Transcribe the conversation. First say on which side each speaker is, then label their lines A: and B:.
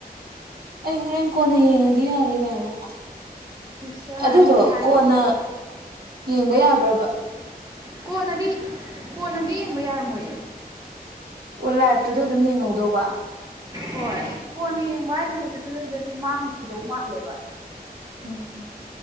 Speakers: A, on the right (about 70°); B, on the right (about 25°).
A: ꯑꯩ ꯍꯣꯔꯦꯟ ꯀꯣꯟꯅ ꯌꯦꯡꯉꯒꯦ ꯌꯥꯔꯦ ꯀꯥꯏꯅ
B: ꯏꯁ
A: ꯑꯗꯨꯗꯣ
B: ꯑꯗꯨꯗꯤ ꯍꯥꯏꯔꯣ
A: ꯀꯣꯟꯅ ꯌꯦꯡꯕ ꯌꯥꯕ꯭ꯔꯕ
B: ꯀꯣꯟꯅꯗꯤ ꯀꯣꯟꯅꯗꯤ ꯌꯦꯡꯕ ꯌꯥꯔꯝꯃꯣꯏꯌꯦ
A: ꯑꯣ ꯂꯥꯏꯕꯇꯨꯗ ꯑꯗꯨꯝ ꯌꯦꯡꯍꯧꯗꯧꯕ
B: ꯍꯣꯏ ꯀꯣꯟꯅ ꯌꯦꯡꯕ ꯍꯥꯏꯁꯦ ꯍꯧꯖꯤꯛꯗꯗꯤ ꯃꯥꯡꯈꯤꯗꯧ ꯃꯥꯜꯂꯦꯕ
A: ꯎꯝ